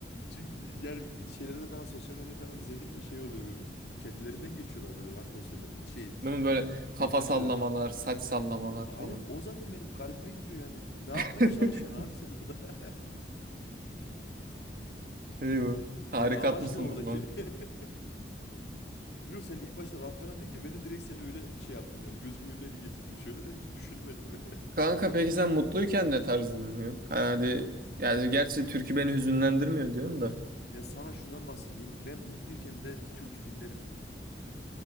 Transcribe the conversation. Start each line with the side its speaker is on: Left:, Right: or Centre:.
Left: Çünkü yani şeylerde falan sosyal medyada falan izlediğimde şey oluyor böyle. Kendilerinden geçiyorlar böyle rock konserlerinde. Şey
Right: Değil mi böyle kafa
Left: metalciler.
Right: sallamalar, saç sallamalar
Left: Aynen
Right: falan.
Left: o zaten benim garibime gidiyor yani. Ne yapmaya
Right: <laughs>
Left: çalışıyorsun abi sen orada? <laughs>
Right: Şey bu. Tarikat
Left: Yani amaç
Right: mısınız
Left: ne oradaki?
Right: lan?
Left: <laughs> Biliyorum sen ilk başta rock falan deyince ben de direkt seni öyle şey yaptım yani. Gözümün önüne bir getirdim şöyle de hiç düşünemedim böyle. <laughs>
Right: Kanka peki sen mutluyken ne tarz dinliyorsun? Hadi yani gerçi türkü beni hüzünlendirmiyor diyorsun da.
Left: Ya sana şundan bahsedeyim. Ben mutluyken de türkü dinlerim ya.